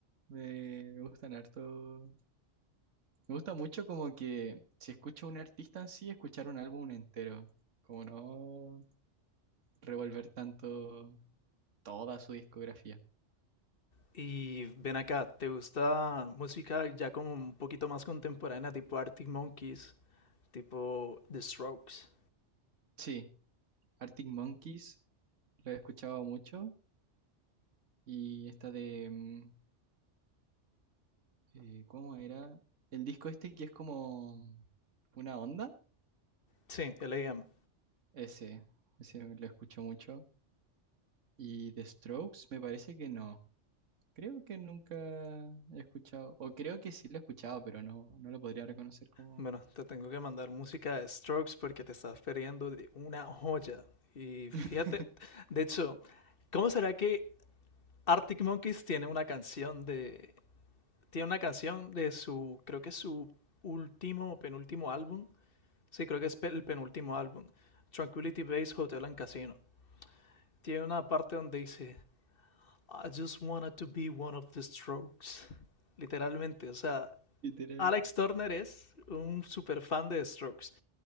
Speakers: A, on the right; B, on the left.
A: me, me gustan harto. Me gusta mucho como que si escucho a un artista en sí, escuchar un álbum entero. Como no revolver tanto toda su discografía.
B: Y ven acá, ¿te gusta música ya como un poquito más contemporánea, tipo Arctic Monkeys, tipo The Strokes?
A: Sí, Arctic Monkeys lo he escuchado mucho. Y esta de, mm, eh, ¿cómo era? El disco este que es como una onda.
B: Sí, L.A.M.
A: Ese, ese lo escucho mucho. Y The Strokes me parece que no. Creo que nunca he escuchado, o creo que sí lo he escuchado, pero no, no lo podría reconocer como
B: Bueno, te tengo que mandar música de Strokes porque te estás perdiendo de una joya. Y fíjate,
A: <laughs>
B: de hecho, ¿cómo será que Arctic Monkeys tiene una canción de... Tiene una canción de su, creo que es su último o penúltimo álbum. Sí, creo que es pe- el penúltimo álbum. Tranquility Base Hotel and Casino. Tiene una parte donde dice... I just wanted to be one of the Strokes. Literalmente, o sea,
A: literal.
B: Alex Turner es un super fan de Strokes.